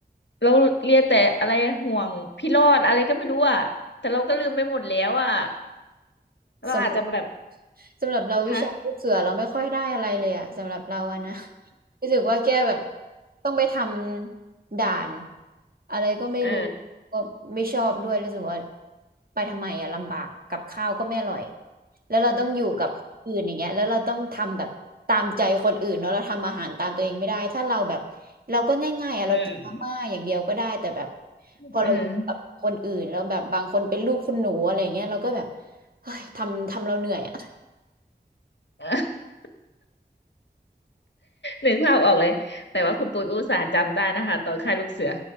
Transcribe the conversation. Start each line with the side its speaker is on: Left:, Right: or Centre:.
Left: เราเรียนแต่อะไรห่วงพี่รอดอะไรก็ไม่รู้อ่ะแต่เราก็ลืมไปหมดแล้วอ่ะเราอาจจะแบบ
Right: สำหรับสำหรับเราวิชาลูกเสือเราไม่ค่อยได้อะไรเลยอะสำหรับเราอะนะ
Left: คะ
Right: รู้สึกว่าแกแบบต้องไปทำด่านอะไรก็ไม่รู้
Left: เออ
Right: ก็ไม่ชอบด้วยรู้สึกว่าไปทำไมอะลำบากกับข้าวก็ไม่อร่อยแล้วเราต้องอยู่กับคนอื่นอย่างเงี้ยแล้วเราต้องทำแบบตามใจคนอื่นเนาะเราทำอาหารตามตัวเองไม่ได้ถ้าเราแบบเราก็ง่ายๆอะเรากินมาม่าอย่างเดียวก็ได้แต่แบบ
Left: เออเออ
Right: พอเราอยู่กับคนอื่นแล้วแบบบางคนเป็นลูกคุณหนูอะไรเงี้ยเราก็แบบเฮ้ยทำทำเราเหนื่อยอะ
Left: <laughs> นึกภาพออกเลยแต่ว่าคุณปูนก็อุตส่าห์จำได้นะคะตอนค่ายลูกเสือ